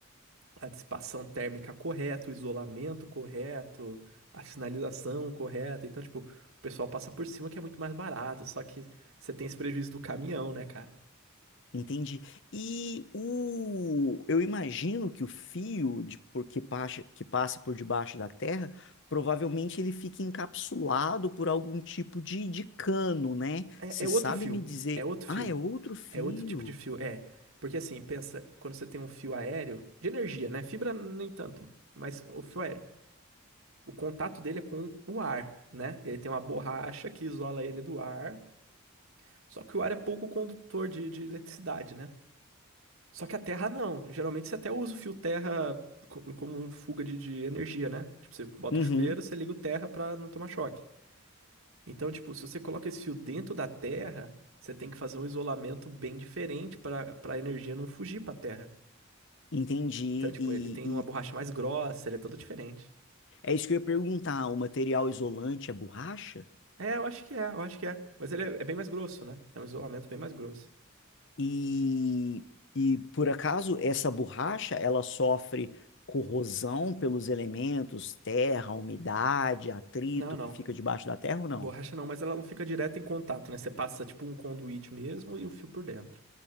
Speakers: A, on the right; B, on the left.
A: a dissipação térmica correta, o isolamento correto, a sinalização correta. Então, tipo, o pessoal passa por cima que é muito mais barato, só que você tem esse prejuízo do caminhão, né, cara?
B: Entendi. E o, eu imagino que o fio de, por- que passa, que passa por debaixo da terra, provavelmente ele fica encapsulado por algum tipo de, de cano, né?
A: É,
B: Você
A: é outro
B: sabe
A: fio,
B: me dizer,
A: é outro fio,
B: ah, é outro fio?
A: é outro tipo de fio, é. Porque assim, pensa, quando você tem um fio aéreo, de energia, né? Fibra nem tanto, mas o fio aéreo. o contato dele é com o ar, né? Ele tem uma borracha que isola ele do ar. Só que o ar é pouco condutor de, de eletricidade, né? Só que a terra não. Geralmente você até usa o fio terra co- como um fuga de, de energia, né? Tipo, você bota
B: Uhum,
A: o chuveiro, você liga o terra pra não tomar choque. Então, tipo, se você coloca esse fio dentro da terra, você tem que fazer um isolamento bem diferente pra para a energia não fugir pra terra.
B: entendi.
A: Então, tipo,
B: E,
A: ele tem uma borracha
B: e
A: mais grossa, ele é todo diferente.
B: é isso que eu ia perguntar, o material isolante é borracha?
A: É, eu acho que é, eu acho que é. Mas ele é, é bem mais grosso, né? É um isolamento bem mais grosso.
B: E, e por acaso essa borracha ela sofre corrosão pelos elementos, terra, umidade, atrito
A: Não, não.
B: que fica debaixo da terra ou não?
A: Borracha não, mas ela não fica direto em contato, né? Você passa tipo um conduíte mesmo e o fio por dentro.